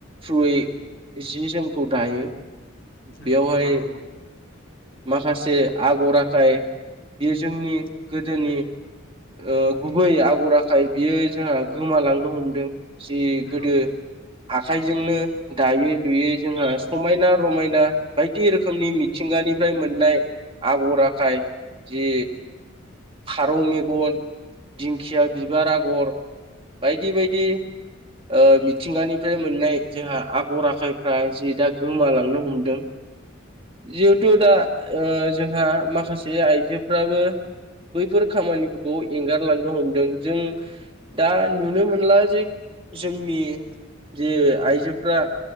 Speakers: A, on the right; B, on the left.
A: थ्रुयै जि जोंखौ दायो
B: नंगौ
A: बेयावहाय
B: नोंथां नंगौ
A: माखासे आगर आखाय बेयो जोंनि गोदोनि ओ गुबै आगर आखाय बियो जोंहा गोमालांनो हमदों जि
B: नंगौ
A: गोदो आखाइजोंनो दायै लुयै जोंहा समायना रमायना बायदि रोखोमनि मिथिंगानिफ्राय मोननाय आगर आखाय जि फारौ मेगन दिंखिया बिबार आगर बायदि बायदि ओ मिथिंगानि फ्राय मोननाय जोंहा आगर आखायफ्रा जि दा गोमालांनो हमदों जिहेथु दा ओ जोंहा माखासे आइजोफ्राबो बैफोर खामानिफोरखौ एंगारलांनो हमदों जों दा नुनो मोनला जे जोंनि जे आइजोफ्रा